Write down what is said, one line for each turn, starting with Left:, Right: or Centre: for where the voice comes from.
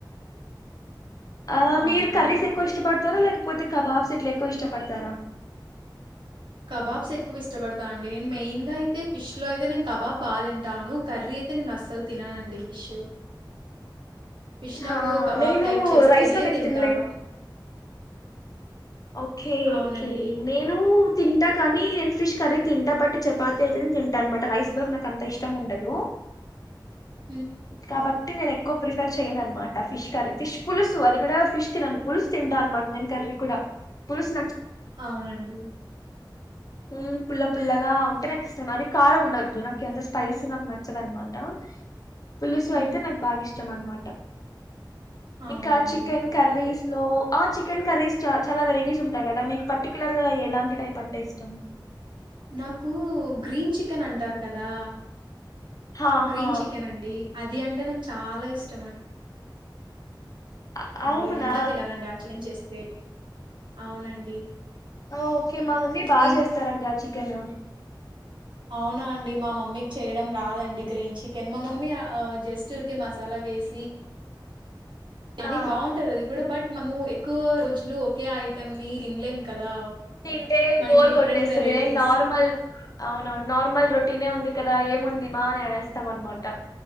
Right: <inaudible>
Left: ఆ
Right: అవునండి.
Left: మీర్ కర్రీస్ ఎక్కువ ఇష్టప తరా లేకపోతే కబాబ్స్ ఇట్లా ఎక్కువ ఇష్టపడతారా
Right: కబాబ్స్ ఎక్కువ ఇష్టపడతా అండి నేను మెయిన్ గా అయితే ఫిష్ లో అయితే నేను కబాబ్ బాగా తిం టాను కర్రీ అయితే నేను అస్సలు తిననండి ఫిష్ ఫిష్
Left: హా
Right: నాకు కబాబ్
Left: నేను
Right: టైప్ చేస్తేనే
Left: రైస్ లోకైతే
Right: తింటాను
Left: తినలేను ఓకే
Right: అవునండి.
Left: ఓకే నేను తింటా కానీ నేను ఫిష్ కర్రీ తింటా బట్ చపాతి అయితేనే తింటా అనమాట రైస్ లోకి నాకు అంత ఇష్టం ఉండదు
Right: <inaudible>
Left: కాబట్ ట్టి నేను ఎక్కువ ప్రిఫర్ చేయను అనమాట ఫిష్ కర్రీ ఫిష్ పులుసు అది కూడా ఫిష్ తినను పులుసు తింటా అనమాట నేను కర్రీ కూడా పులుస్
Right: అవునండి
Left: ఉమ్ పుల్ల పుల్లగా ఉంటే నాకిష్టం అది కారం ఉండద్దు నాకు ఎంత స్పైసీ నాకు నచ్చదన్న మాట పులుసు
Right: హ్మ్.
Left: అయితే నాకు బాగా ఇష్టం అన్నమాట
Right: అవునండి.
Left: ఇంకా చికెన్ కర్రీస్ నో ఆ చికెన్ కర్రీస్ చ చాలా వెరైటీస్ ఉంటాయి కదా మీకు పర్టిక్యులర్ గా ఎలాంటి టైప్ అంటే ఇష్టం
Right: నాకు గ్రీన్ చికెన్ అంటారు కదా
Left: హా
Right: గ్రీన్
Left: హా
Right: చికెన్ అండి అది అంటే నాకు చాలా ఇష్టం
Left: అ
Right: అండి
Left: అవునా
Right: నేను ఎంత తిననండి ఆ చికెన్ చేస్తే అవునండి
Left: ఓ ఓకే మా మమ్మీ బాగా
Right: ఇం
Left: చేస్తారండి ఆ చికెన్
Right: అవునా అండి మా మమ్మీకి చేయడం రాదండి గ్రీన్ చికెన్ మా మమ్మీ జస్ట్ ఊరికే మసాలా వేసి కానీ
Left: ఆ
Right: బాగుంటది అది కూడా బట్ మనము ఎక్కువ రోజులు ఒకే ఐటమ్ ని తినలేం కదా
Left: తింటేనే
Right: మనకి
Left: బోర్
Right: డిఫరెంట్
Left: కొట్టేస్తది
Right: వెరైటీస్
Left: నార్మల్ అవునవును నార్మల్ రొటీనే ఉంది కదా ఏముంది మా అని అనేస్తాం అనమాట